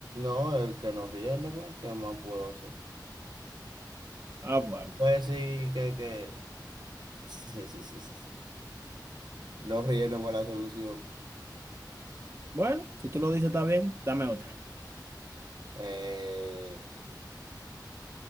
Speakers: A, on the right; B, on the right.
A: No, el que no riéndome, ¿qué más puedo hacer?
B: Ah, bueno.
A: Pues sí, que, que. <laughs> Sí, sí, sí, sí. sí. No riéndome la solución.
B: Bueno, si tú lo dices, está bien. Dame otra.
A: Eh,